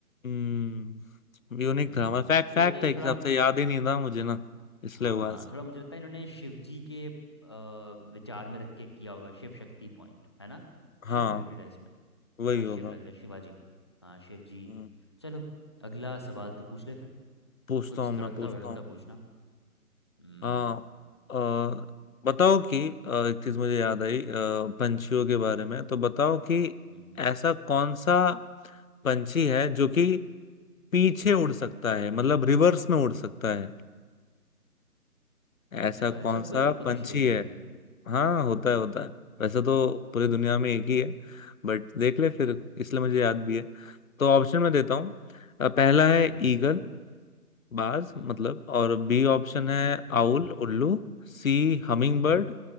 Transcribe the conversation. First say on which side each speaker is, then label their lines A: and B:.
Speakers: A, on the left; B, on the left.
A: हम्म यूनिक
B: हम्म,
A: था हमारा
B: मुझे
A: फैक्ट फैक्ट
B: लगता है
A: है
B: ये
A: एक
B: थोड़ा
A: हिसाब से याद ही नहीं था मुझे ना इसलिए
B: हाँ
A: हुआ ऐसा
B: थोड़ा मुझे लगता है इन्होंने शिव जी के अ, विचार में रख के किया होगा शिव शक्ति पॉइंट है ना
A: हाँ
B: शिव रिलेटेड है इसमें थोड़ा
A: वही होगा
B: शिव लग रहा है शिवाजी हाँ शिव जी
A: हम्म,
B: चलो अगला सवाल तू पूछ ले फिर
A: पूछता
B: कुछ
A: हूँ
B: तड़कता
A: मैं पूछता
B: भड़कता
A: हूँ
B: पूछना हम्म
A: हाँ अ, बताओ कि अ, एक चीज मुझे याद आई अ, पंछियों के बारे में तो बताओ कि
B: हम्म
A: ऐसा कौन सा पंछी है जो कि पीछे उड़ सकता है मतलब रिवर्स में उड़ सकता है
B: अच्छा
A: ऐसा कौन
B: ऐसा भी
A: सा
B: पज- पंछी
A: पंछी
B: होता
A: है
B: है कोई
A: हाँ होता है होता है वैसे तो पूरी दुनिया में एक ही है बट देख ले फिर इसलिए मुझे याद भी है तो ऑप्शन में देता हूँ अ, पहला है
B: हम्म
A: ईगल बाज
B: हम्म
A: मतलब और बी ऑप्शन है
B: हम्म,
A: आउल उल्लू C हमिंग
B: हम्म
A: बर्ड